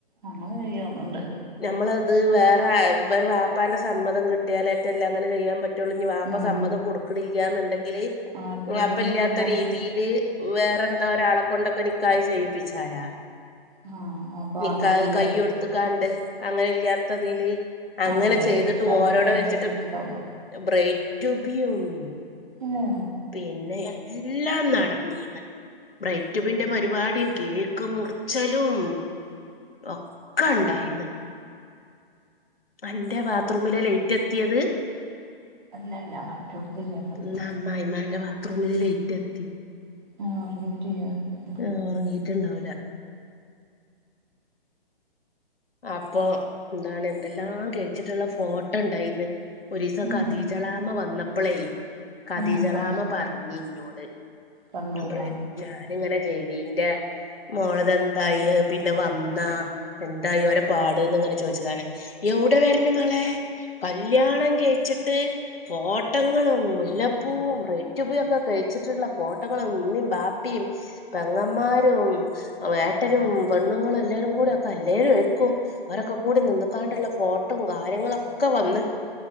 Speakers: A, on the right; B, on the left.
A: ആഹ് അത് ചെയ്യാവന്നുണ്ട്
B: ഞമ്മളത് വേറെ <unintelligible> വാപ്പാന്റെ സമ്മതം കിട്ടിയാലായിറ്റല്ലാം ങ്ങനെ ചെയ്യാപ <unintelligible> വാപ്പ
A: ഉം
B: സമ്മതം കൊടുക്കണില്ല്യന്നുണ്ടെങ്കില്
A: ആർക്കെങ്കിലും
B: വാപ്പ ഇല്യാത്ത
A: ഒക്കെ കൊടുത്തിട്ട്
B: <unintelligible> വേറെന്തൊരാളെ കൊണ്ടൊക്കെ നിക്കാഹ് ചെയ്യിപ്പിച്ചാലാ
A: ആ അപ്പൊ
B: നിക്കാഹ്
A: നാട്ടിലില്ല
B: കയൊടുത്ത്ക്കാണ്ട്
A: അത്
B: അങ്ങനെ ഇല്യാത്തതില് അങ്ങനെ
A: ആ ഓന്റെ
B: <unintelligible> ചെയ്തിട്ട്
A: പെരക്കാര്
B: ഓരോടെ
A: ചെലപ്പോ അങ്ങനെ
B: വെച്ചിട്ട്
A: ചെയ്തിട്ടുണ്ടാവും
B: <unintelligible>
A: ഏ
B: പിന്നെയെല്ലാം നടത്തീന്ന് ബ്രൈറ്റുബിന്റെ പരിപാടി കേക്ക് മുറിച്ചലും ഒക്കണ്ടായിന്ന് അന്റെ ബാത്റൂമിലെ ലൈറ്റത്തിയത്
A: അല്ലല്ല മറ്റൊടുത്ത് ജരം
B: <unintelligible> അമ്മായിമ്മെന്റെ ബാത്റൂമില് ലെയ്റ്റ് കത്തി
A: <unintelligible>
B: ആഹ് ഒറങ്ങിയി ണ്ടാവില്ല അപ്പൊ ന്താണ് എന്തെല്ലാം കഴിച്ചിട്ടുള്ള ഫോട്ടോണ്ടായിന്ന് ഒരീസം <unintelligible>
A: ഉം
B: എളാമ വന്നപ്പളേ ഖദീജളാമ
A: ആ ഫങ്ഷൻ
B: പറഞ്ഞിന്നോട്
A: കണ്ടൂന്നാ
B: <unintelligible> ഞാനിങ്ങനെ ജലീൻ്റെ മോളതെന്തായി പിന്നെ വന്നാ <unintelligible> ഓരോ പാട്ന്ന് ങ്ങനെ ചോയിച്ചതാണ് എവുടെ വെരണ് മളേ കല്യാണം കയിച്ചിട്ട് ഫോട്ടങ്ങളും മുല്ലപ്പൂവും <unintelligible> ഒക്കെ കഴിച്ചിട്ടുള്ള ഫോട്ടങ്ങളും ഉമ്മേം ബാപ്പേം പെങ്ങമ്മാരും <unintelligible> ഏട്ടരും പെണ്ണുങ്ങളും എല്ലേരും കൂടെക്കെ <unintelligible> <unintelligible> അരൊക്കെ കൂടി നിന്നക്കാണ്ടുള്ള ഫോട്ടവും കാര്യങ്ങളൊക്കെ വന്ന്